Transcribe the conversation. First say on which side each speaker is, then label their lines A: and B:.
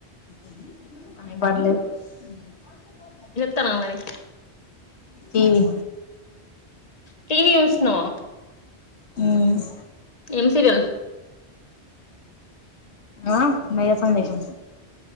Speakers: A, on the left; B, on the left.
A: <unintelligible>
B: తన మరి
A: టీవీ
B: టీవి చుసినావా
A: ఉమ్
B: ఎం సీరియల్
A: ఆ మేఘా సంధేషం